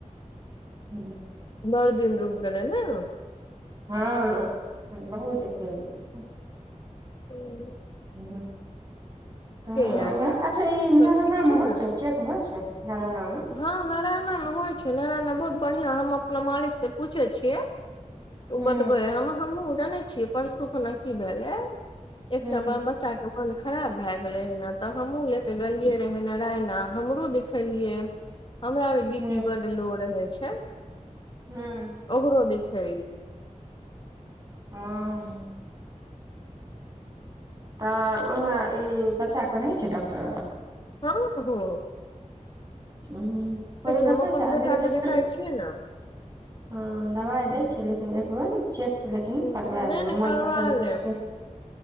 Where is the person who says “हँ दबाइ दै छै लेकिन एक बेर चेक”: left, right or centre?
Right